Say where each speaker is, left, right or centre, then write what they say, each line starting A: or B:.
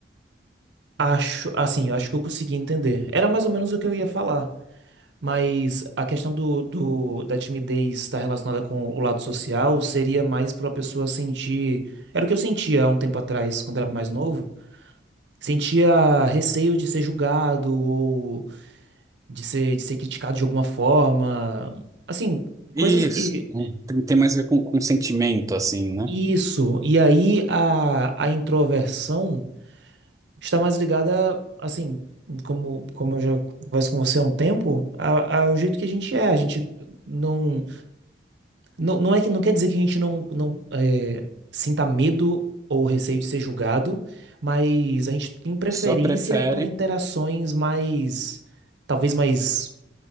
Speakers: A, on the right (about 80°); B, on the right (about 20°).
A: Acho, assim, eu acho que eu consegui entender. Era mais ou menos o que eu ia falar. Mas a questão do, do- da timidez estar relacionada com o lado social seria mais para a pessoa sentir. Era o que eu sentia há um tempo atrás, quando era mais novo. Sentia receio de ser julgado ou de ser, de ser criticado de alguma forma. Assim, coisas
B: Isso.
A: que.
B: Tem, tem mais a ver com, com sentimento, assim, né?
A: Isso. E aí a, a introversão está mais ligada, assim, como, como eu já converso com você há um tempo, a- ao jeito que a gente é. A gente não. Não, não é que não quer dizer que a gente não, não é, sinta medo ou receio de ser julgado, mas a gente tem preferência
B: Só prefere,
A: por interações mais, talvez mais,